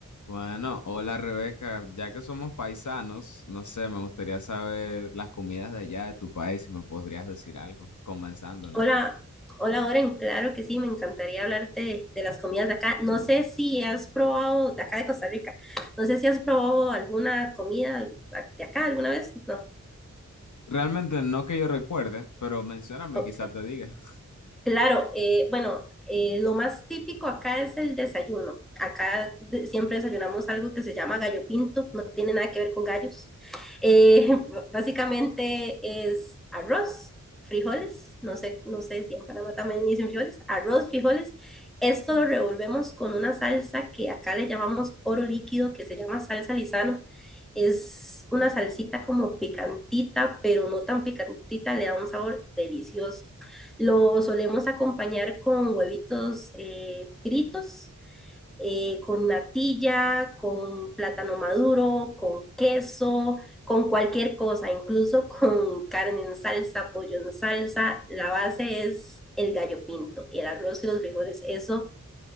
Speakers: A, on the left (about 70°); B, in the centre.
A: Bueno, hola Rebeca, ya que somos paisanos, no sé, me gustaría saber las comidas de allá de tu país, si me podrías decir algo, comenzando, ¿no?
B: Hola, hola Oren, claro que sí, me encantaría hablarte de, de las comidas de acá. No sé si has probado, de acá de Costa Rica, no sé si has probado alguna comida de acá alguna vez. No,
A: Realmente no que yo recuerde, pero mencióname,
B: ok.
A: quizá te diga. <laughs>
B: Claro, eh, bueno, eh, lo más típico acá es el desayuno. Acá de- siempre desayunamos algo que se llama gallo pinto, no tiene nada que ver con gallos. Eh, <laughs> básicamente es arroz, frijoles, no sé, no sé si en Panamá también dicen frijoles, arroz, frijoles. Esto lo revolvemos con una salsa que acá le llamamos oro líquido, que se llama salsa Lizano. Es una salsita como picantita, pero no tan picantita, le da un sabor delicioso. Lo solemos acompañar con huevitos eh, fritos, eh, con natilla, con plátano maduro, con queso, con cualquier cosa, incluso con carne en salsa, pollo en salsa. La base es el gallo pinto, el arroz y los frijoles. Eso,